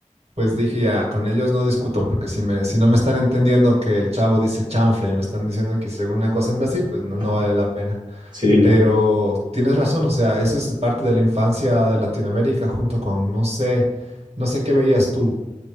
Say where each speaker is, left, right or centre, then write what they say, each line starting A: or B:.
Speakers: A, on the right; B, on the right.
A: pues dije ya, con ellos no discuto, porque si me, si no me están entendiendo que el chavo dice chanfle y me están diciendo que hice alguna cosa en Brasil, pues no,
B: <laughs>
A: no vale la pena.
B: Sí, no.
A: Pero tienes razón, o sea, eso es parte de la infancia de Latinoamérica junto con, no sé, no sé qué veías tú.